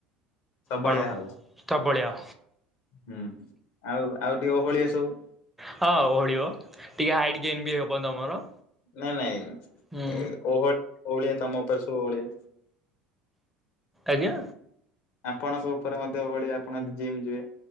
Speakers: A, on the left; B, in the centre.
A: ସବଳିଆ
B: କଣ
A: ହବ
B: ଧବଳିଆ
A: ହୁଁ ଆଉ-ଆଉ ଟିକେ ଓହଳିଆ ସବୁ।
B: ହଁ ଓଳିବ ଟିକେ ହାଇଟ ଗେନ୍ ବି ହବ ତମର।
A: ନାଇଁ-ନାଇଁ
B: ହୁଁ
A: ଓହଳି ଓହଳିଆ ତମ ଉପରେ ଶ ଓଉଳିଆ।
B: ଆଜ୍ଞା।
A: ଆପଣଙ୍କ ଉପରେ ମଧ୍ୟ ଓଳିଆ ଆପଣ ଯଦି ଜିମ୍ ଯିବେ।